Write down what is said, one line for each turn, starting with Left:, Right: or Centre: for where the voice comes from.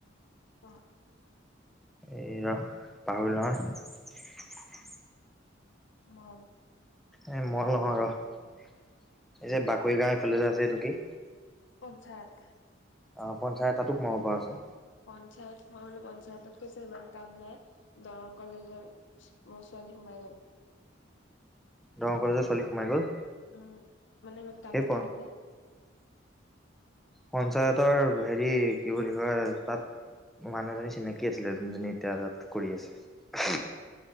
Left: অ',
Centre: এই ৰহ পাহৰিলোঁ নহয়।
Left: উম
Centre: এ মল নহয় ৰ, এই যে বাকৰি গাওঁ এইফালে যে আছে এইটো কি?
Left: পঞ্চায়ত।
Centre: অ' পঞ্চায়ত তাতো সোমাব পাৰ চোন।
Left: পঞ্চায়ত, মই বোলো পঞ্চায়তত কৈছো ইমান কাম নাই দৰং কলেজৰ কালি সোমাই গ'ল।
Centre: দৰং কলেজৰ ছোৱালী সোমাই গ'ল।
Left: উ মানে ইমান কাম
Centre: সেই
Left: নাথাকে যে।
Centre: পঞ্চায়তৰ হেৰি কি বুলি কয়, তাত মানুহ এজনী চিনাকি আছিলে যোননজনী এতিয়া তাত কৰি আছে।